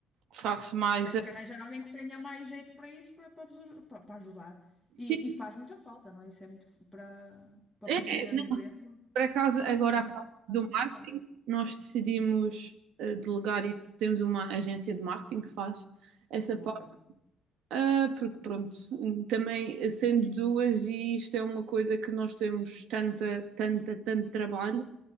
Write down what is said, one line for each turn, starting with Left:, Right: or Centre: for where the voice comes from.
Right: faço mais.
Centre: Tens
Right: a-
Centre: que arranjar alguém que tenha mais jeito para isso, para, para, vos aj- para- para ajudar.
Right: Sim,
Centre: E, e faz muita falta, não é? Isso é muito f- para, para
Right: é,
Centre: promover
Right: não,
Centre: a empresa.
Right: por acaso, agora
Centre: É muito
Right: a parte
Centre: importante
Right: do
Centre: essa
Right: marketing,
Centre: parte.
Right: nós decidimos ah, delegar isso. Temos uma agência de marketing que faz essa
Centre: Ok,
Right: parte, Ah, porque pronto, também sendo duas, e isto é uma coisa que nós temos tanta, tanta, tanto trabalho.